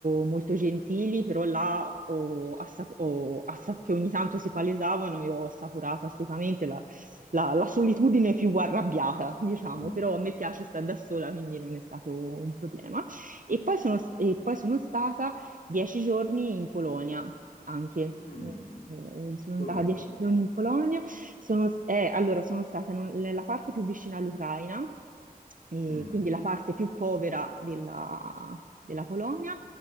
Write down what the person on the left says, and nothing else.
Mm.
Mm.
Dov'è?
Mm,